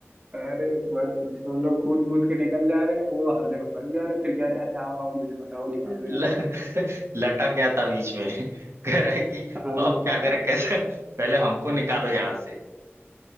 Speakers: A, on the right; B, on the right.
A: अरे मत पूछो हम लोग कूद कूद के निकल जा रहे हैं वो हर जगह फंस जा रहे हैं फिर कह रहे हैं, अरे आओ आओ मुझे बताओ निकालो
B: ल-
A: यहाँ से
B: लटक गया था बीच में कह रहा है कि
A: हाँ
B: अब क्या करें कैसे पहले हमको निकालो यहाँ से